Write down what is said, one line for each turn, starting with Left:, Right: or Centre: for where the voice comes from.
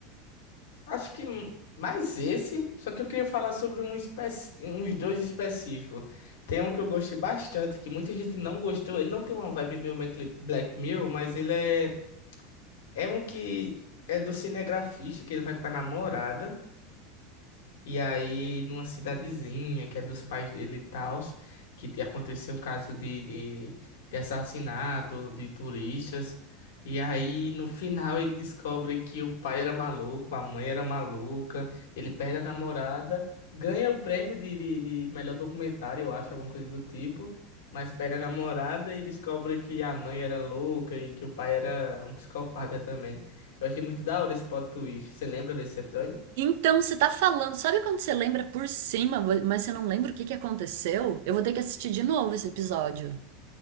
Left: Acho que m- mais esse, só que eu queria falar sobre um especi- uns dois específicos. Tem um que eu gostei bastante, que muita gente não gostou. Ele não tem uma vibe meio Mac- Black Mirror, mas ele é. É um que é do cinegrafista, que ele vai com a namorada. E aí, numa cidadezinha que é dos pais dele e tal, que te- aconteceu um caso de, de, de assassinato de turistas. E aí, no final, ele descobre que o pai era maluco, a mãe era maluca, ele perde a namorada, ganha o prêmio de, de, de melhor documentário, eu acho, alguma coisa do tipo, mas perde a namorada e descobre que a mãe era louca e que o pai era um psicopata também. Eu achei muito da hora esse plot twist. Você lembra desse episódio?
Right: Então, você tá falando, sabe quando você lembra por cima, vo- mas você não lembra o que que aconteceu? Eu vou ter que assistir de novo esse episódio.